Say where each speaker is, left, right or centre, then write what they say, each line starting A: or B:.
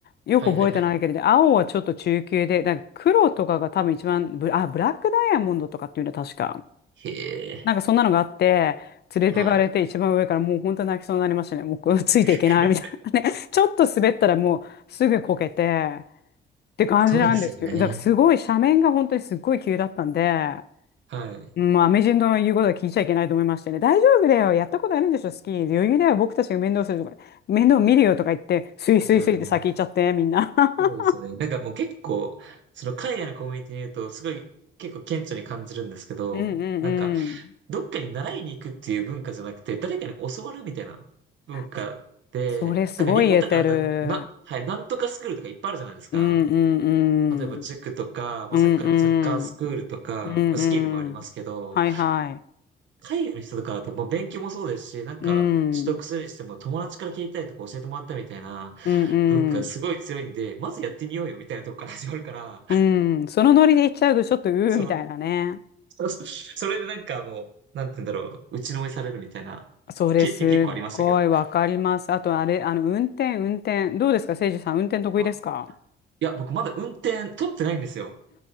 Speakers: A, on the left; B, on the right.
A: よく覚えてないけれど、
B: はいはいはい。
A: 青はちょっと中級で、なんか黒とかが多分一番ブ、あ、ブラックダイヤモンドとかっていうのは確か。
B: へえ、
A: なんかそんなのがあって、連れてかれて一番上からもう本当泣きそうになりましたね。
B: はい。
A: もう <laughs> ついていけないみたいなね。
B: <laughs>
A: <laughs> ちょっと滑ったらもうすぐこけてって感じなんですよ。
B: そうですよね。
A: だからすごい斜面が本当にすっごい急だったんで、
B: はい。
A: もうアメ人の言うことは聞いちゃいけないと思いましてね。大丈夫だよ。やったことあるんでしょ、スキー。余裕だよ。僕たちが面倒するとか、面倒見るよとか言って、スイスイスイって先行っちゃって、
B: いやー、
A: みんな。<laughs>
B: そうですよね。なんかもう結構、その海外のコミュニティにいると、すごい結構顕著に感じるんですけど、
A: うんうんうん。
B: なんかどっかに習いに行くっていう文化じゃなくて、誰かに教わるみたいな文化で、
A: そそれすごい言えてる。
B: なんか日本とかだったら、な、はい、なんとかスクールとかいっぱいあるじゃないですか。
A: うんうん
B: 例えば塾とか、
A: うん。
B: まあ、
A: うんうん。
B: サッカーのサッカースクールとか、
A: うんうん。
B: まあスキーでもありますけど、
A: はいは
B: 海外の人とかだともう勉強もそうですし、なんか取得するにしても友達から聞いたりとか教えてもらったみたいな
A: い。うん。うん
B: 文化がすごい強いんで、
A: うん。
B: まずやってみようよみたいなとこから始まるから、
A: うん。そのノリで行っちゃうと、ちょっと、うーみたいなね。
B: そう、そう <laughs> それでなんかもう、なんて言うんだろう、打ちのめされるみたいな経験結構ありましたけど
A: それすっごいわかります。あと、あれ、あの、運転、運転。どうですか、せいじさん、運転得意ですか
B: あ、いや、僕まだ運転取ってないんですよ。